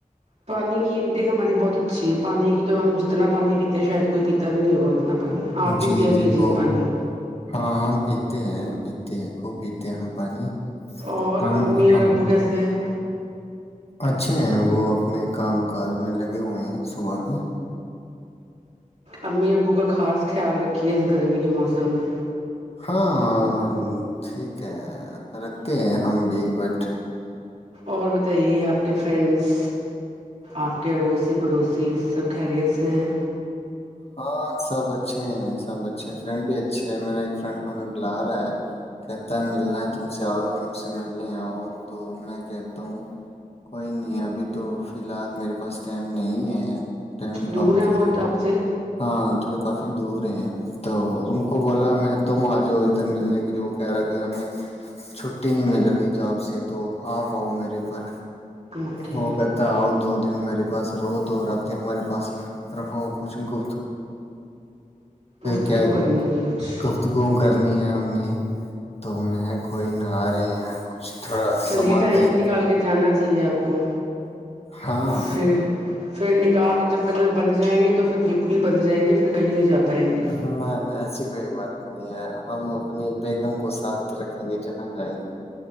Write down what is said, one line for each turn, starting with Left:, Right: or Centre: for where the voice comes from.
Right: پانی کی انٹیک ہماری بہت اچھی ہے پانی کی تو ہم جتنا پانی پیتے شاید کوئی پیتا بھی نہیں ہوگا اتنا پانی آپ بھی
Left: جی
Right: پیا
Left: جی
Right: کیجیے
Left: بہت
Right: پانی
Left: ہاں ہم پیتے ہیں پیتے ہیں خوب پیتے ہیں ہم پانی
Right: اور
Left: ہم
Right: امی اور
Left: ہاں،
Right: ابو کیسے ہیں
Left: اچھے ہیں وہ اپنے کام کاج میں لگے ہوئے ہیں صبح کے
Right: امی ابو کا خاص خیال رکھیے اس گرمی کے موسم میں
Left: ہاں ٹھیک ہے رکھتے ہیں ہم بھی بٹ
Right: اور بتائیے آپ کے فرینڈس آپ کے اڑوسی پڑوسی سب خیریت سے ہیں
Left: ہاں سب اچھے ہیں سب اچھے ہیں فرینڈ بھی اچھے ہیں میرا ایک فرینڈ ہمیں بلا رہا ہے کہتا ہے ملنا ہے تم سے آؤ ہم سے ملنے آؤ تو میں کہتا ہوں کوئی نہیں ابھی تو فی الحال میرے پاس ٹائم نہیں ہے ٹائم نکالتے
Right: دور ہیں بہت آپ سے
Left: ہاں تھوڑا کافی دور ہیں تو ان کو بولا میں تم آ جؤ ادھر ملنے کے لیے وہ کہہ رہا کہ ہمیں چھٹی نہیں مل رہی جاب سے تو آپ آؤ میرے پر
Right: اوکے
Left: ہو کرتا آ دو دن میرے بس رو دو رہاتتے ہمارے پاس رہو کچھ گپت <inaudible>
Right: گفتگو
Left: کیا
Right: کرنی ہوگی کچھ
Left: گفتگو کرنی ہے ہم نے تو میں کوئی نہ آ رہے ہیں کچھ تھوڑا سماتے
Right: چلیے ٹائم
Left: ہیں۔
Right: نکال کے جانا چاہیے آپ کو
Left: ہاں
Right: پھر پھر نکا چکر میں بند جائیں گے تو پھر بالکل ہی بند جائیں گے پھر کہیں نہیں جا پائیں گے
Left: نہیں نہ ای کوئی بات نہیں ہے ہم اپنی بیگم کو ساتھ رکھیں گے جہاں جائیں گے